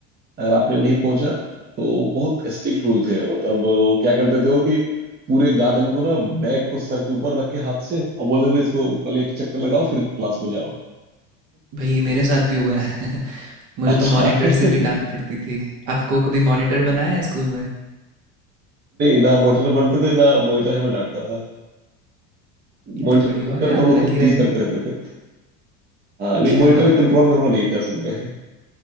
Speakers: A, on the right; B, on the right.
A: अगर आपने नहीं पहुंचा तो बहुत स्ट्रिक्ट रूल थे मतलब वो क्या करते थे वो कि पूरे गार्डन को ना बैग को सर के ऊपर रख के हाथ से और बोलते थे इसको पहले एक चक्कर लगाओ फिर क्लास में जाओ
B: भाई मेरे साथ भी हुआ है <laughs> मुझे
A: अच्छा
B: तो मॉनिटर
A: <laughs> नहीं
B: से भी डांट पड़ती थी आपको कभी मॉनिटर बनाया है स्कूल में
A: ना मॉनिटर बनते थे ना मॉनिटर हमें डांटता था
B: ये
A: मॉनिटर
B: तो बढ़िया हो गया
A: को
B: आप
A: हम लोग
B: लकी
A: खुद
B: रह
A: टीज
B: गए
A: करते रहते थे
B: <laughs>
A: हाँ नहीं
B: क्या
A: मॉनिटर
B: बात
A: के कंट्रोल
B: है
A: में हम लोग नहीं थे असल में